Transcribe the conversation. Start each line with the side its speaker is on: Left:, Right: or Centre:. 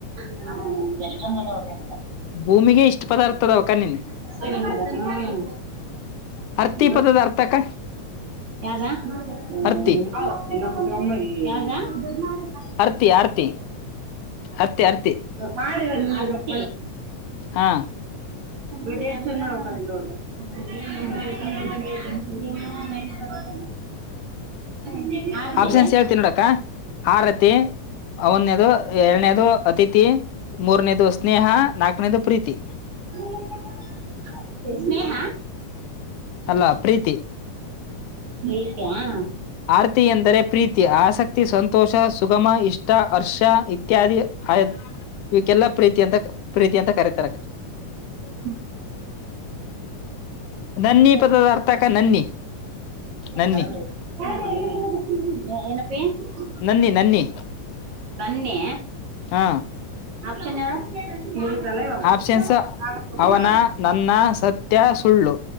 Right: ಹ್ಮ್ ಎಷ್ಟೊಂದ ಅದಾವ ಲೆಕ್ಕ
Left: ಭೂಮಿಗೆ ಇಷ್ಟ ಪದಾರ್ಥದವ ಅಕ್ಕಾ ನಿನ್
Right: <unintelligible> <unintelligible> <unintelligible>
Left: ಹರ್ತಿ ಪದದ ಅರ್ಥ ಅಕ್ಕ
Right: ಯಾವ್ದ್ <unintelligible> <unintelligible>
Left: ಹರ್ತಿ
Right: <unintelligible> <unintelligible> <unintelligible>
Left: ಆರ್ತಿ ಆರ್ತಿ ಹರ್ತಿ ಹರ್ತಿ
Right: ಮಾಡ <unintelligible> <unintelligible>
Left: ಹಾ
Right: ಇಡ ಚನ್ ಮಾಡ್ಬೇಕ ಇ <unintelligible> <unintelligible> ನೋಡ್್ದ <unintelligible> <unintelligible> ಮೈ ಬರ <unintelligible> <unintelligible> <unintelligible> <unintelligible> ಆರ್ತಿ
Left: ಆಪ್ಷನ್ಸ್ ಹೇಳ್ತೀನಿ ನೋಡಕ್ಕ ಆರತಿ ಅವನೇದು ಎರಡನೇದು ಅತಿಥಿ ಮೂರನೇದು ಸ್ನೇಹ ನಾಲ್ಕನೇದು ಪ್ರೀತಿ
Right: <unintelligible> ತ್ತ ಸ್ನೇಹ
Left: ಅಲ್ಲ ಪ್ರೀತಿ
Right: ನೀತಾ <unintelligible>
Left: ಆರ್ತಿ ಎಂದರೆ ಪ್ರೀತಿ ಆಸಕ್ತಿ ಸಂತೋಷ ಸುಗಮ ಇಷ್ಟ ಹರ್ಷ ಇತ್ಯಾದಿ ಆ ಇವ್ಕ್ಕೆಲ್ಲಾ ಪ್ರೀತಿ ಅಂತ ಪ್ರೀತಿ ಅಂತ ಕರೀತಾರೆ
Right: <unintelligible> <unintelligible> <unintelligible>
Left: ನನ್ನಿ
Right: ಇಲ್ಲ
Left: ಪದದ ಅರ್ಥಕ ನನ್ನಿ ನನ್ನಿ
Right: ಬರಲ್ಲಏ <unintelligible> <unintelligible> <unintelligible> <unintelligible> <unintelligible>
Left: ನನ್ನಿ ನನ್ನಿ
Right: ಬನ್ನೆ
Left: ಹಾ
Right: ಆಪ್ಷನ್ ಹೇಳು <unintelligible>
Left: ಆಪ್ಷನ್ಸ್ ಅವನ
Right: <unintelligible>
Left: ನನ್ನ ಸತ್ಯ ಸುಳ್ಳು